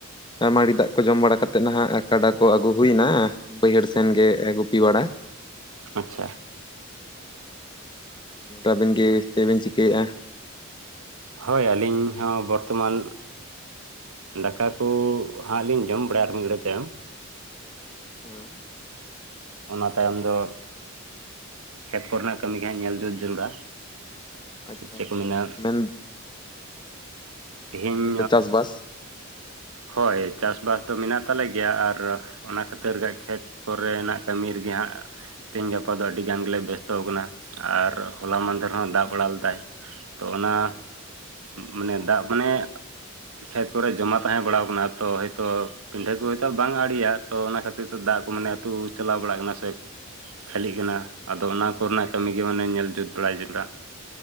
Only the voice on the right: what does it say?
ᱟᱪᱪᱷᱟ᱾
ᱦᱳᱭ ᱟᱹᱞᱤᱧ ᱦᱚᱸ ᱵᱚᱨᱛᱚᱢᱟᱱ ᱫᱟᱠᱟ ᱠᱚ ᱦᱟᱸᱜ ᱞᱤᱧ ᱡᱚᱢ ᱵᱟᱲᱟᱭᱟ ᱟᱨ ᱢᱤᱫᱽ ᱜᱷᱟᱹᱲᱤ ᱛᱟᱭᱚᱢ᱾
ᱚᱱᱟ ᱛᱟᱭᱚᱢ ᱫᱚ ᱠᱷᱮᱛ ᱠᱚᱨᱮᱱᱟᱜ ᱠᱟᱹᱢᱤ ᱜᱮ ᱦᱟᱸᱜ ᱧᱮᱞ ᱡᱩᱛ ᱡᱟᱹᱨᱩᱲᱟ᱾
ᱪᱮᱫ
ᱠᱚ ᱢᱮᱱᱟ
ᱛᱮᱦᱮᱧ
ᱦᱳᱭ ᱪᱟᱥᱵᱟᱥ ᱫᱚ ᱢᱮᱱᱟᱜ ᱛᱟᱞᱮ ᱜᱮᱭᱟ ᱟᱨ ᱚᱱᱟ ᱠᱷᱟᱹᱛᱤᱨ ᱜᱮ ᱠᱷᱮᱛ ᱠᱚᱨᱮᱱᱟᱜ ᱠᱟᱹᱢᱤ ᱨᱮᱜᱮ ᱦᱟᱸᱜ ᱛᱮᱦᱤᱧ ᱜᱟᱯᱟ ᱫᱚ ᱟᱹᱰᱤ ᱜᱟᱱ ᱜᱮᱞᱮ ᱵᱮᱥᱛᱚ ᱟᱠᱟᱱᱟ᱾ ᱟᱨ ᱦᱚᱞᱟ ᱢᱟᱸᱫᱷᱮᱨ ᱦᱚᱸ ᱫᱟᱜᱽ ᱵᱚᱲᱟᱜ ᱞᱮᱫᱟᱭ᱾ ᱛᱚ ᱚᱱᱟ ᱢᱟᱱᱮ ᱫᱟᱜ ᱢᱟᱱᱮ ᱠᱷᱮᱛ ᱠᱚᱨᱮ ᱡᱚᱢᱟ ᱛᱟᱦᱮᱸ ᱵᱟᱲᱟᱣ ᱠᱟᱱᱟ ᱛᱚ ᱦᱚᱭᱛᱚ ᱯᱤᱰᱷᱟᱹ ᱠᱚ ᱦᱚᱭᱛᱚ ᱵᱟᱝ ᱟᱲᱮᱭᱟ ᱛᱚ ᱚᱱᱟ ᱠᱷᱟᱹᱛᱤᱨ ᱛᱮ ᱫᱟᱜ ᱠᱚ ᱢᱟᱱᱮ ᱟᱹᱛᱩ ᱪᱟᱞᱟᱣ ᱵᱟᱲᱟᱜ ᱠᱟᱱᱟ ᱥᱮ᱾ ᱠᱷᱟᱹᱞᱤᱜ ᱠᱟᱱᱟ ᱟᱫᱚ ᱚᱱᱟ ᱠᱚᱨᱮᱱᱟᱜ ᱠᱟᱹᱢᱤ ᱜᱮ ᱢᱟᱱᱮ ᱧᱮᱞ ᱡᱩᱛ ᱵᱟᱲᱟᱭ ᱡᱟᱨᱩᱲᱟ᱾